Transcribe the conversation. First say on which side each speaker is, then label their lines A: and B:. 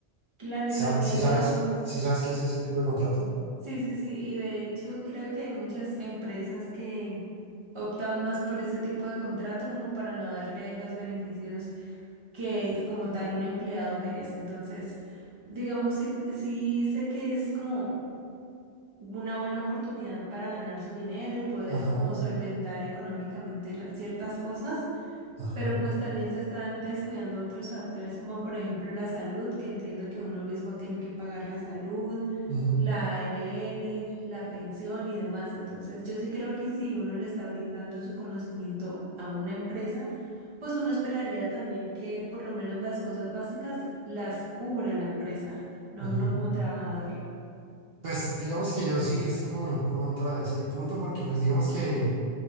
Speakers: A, on the right; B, on the right.
A: claro,
B: Sa-
A: y también
B: ¿Sí sabes?
A: digamos...
B: ¿Sí sabes qué es ese tipo de contrato?
A: Sí, sí, sí, y de hecho creo que hay muchas empresas que optan más por ese tipo de contrato como para no darle los beneficios que como tal un empleado merece. Entonces, digamos, sí, sí sé que es como una buena oportunidad para ganar su dinero y poder
B: Ajá,
A: como solventar económicamente la- ciertas cosas,
B: ajá,
A: pero pues también se están descuidando otros factores, como por ejemplo la salud, que entiendo que uno mismo tiene que pagar la salud,
B: ujú,
A: la ARL, la pensión y demás. Entonces, yo sí creo que si uno le está brindando su conocimiento a una empresa, pues uno esperaría también que por lo menos las cosas básicas las cubra la empresa, no
B: ujú.
A: uno como trabajador.
B: Pues digamos que yo sí estoy como en contra de ese punto porque pues digamos que